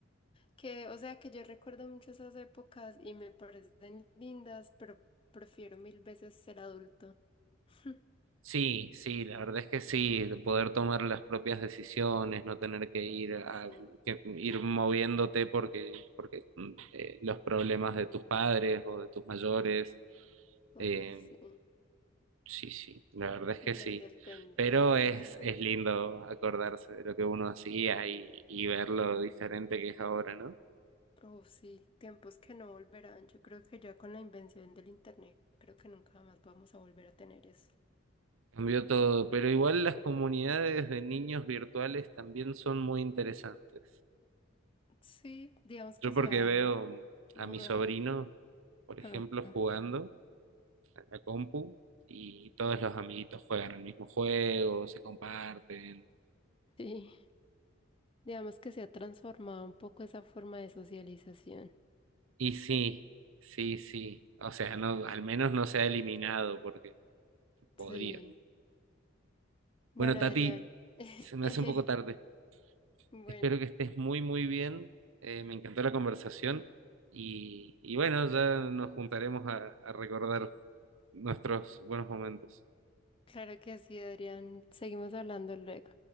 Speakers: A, on the left; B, on the right.
A: que, o sea, que yo recuerdo mucho esas épocas y me parecen lindas, pero prefiero mil veces ser adulto. <laughs>
B: Sí, sí, la verdad es que sí, de poder tomar las propias decisiones, no tener que ir
A: Uy,
B: a,
A: sí,
B: que ir moviéndote porque, porque mm, eh, los problemas de tus padres o de tus mayores,
A: uy,
B: eh,
A: sí.
B: sí, sí, la verdad es
A: Y
B: que
A: la
B: sí.
A: independencia.
B: Pero es, es lindo acordarse de lo que uno hacía y, y ver lo diferente que es ahora, ¿no?
A: Oh, sí, tiempos que no volverán. Yo creo que ya con la invención del internet, creo que nunca más vamos a volver a tener eso.
B: Cambió todo, pero igual las comunidades de niños virtuales también son muy interesantes.
A: Sí, digamos que
B: Yo
A: se
B: porque
A: ha
B: veo
A: mudado.
B: a mi sobrino, por
A: Ah,
B: ejemplo, jugando
A: ah,
B: en la compu y todos los amiguitos juegan el mismo juego, se comparten.
A: sí, digamos que se ha transformado un poco esa forma de socialización.
B: Y sí, sí, sí. O sea, no, al menos no se ha eliminado porque podría,
A: Sí.
B: ¿no?
A: Bueno,
B: Bueno, Tati,
A: Adrián.
B: se me
A: <laughs>
B: hace un poco tarde.
A: Bueno,
B: Espero que estés muy, muy bien. Eh, me encantó la conversación y, y bueno, ya nos juntaremos a, a recordar nuestros buenos momentos.
A: claro que sí, Adrián. Seguimos hablando luego.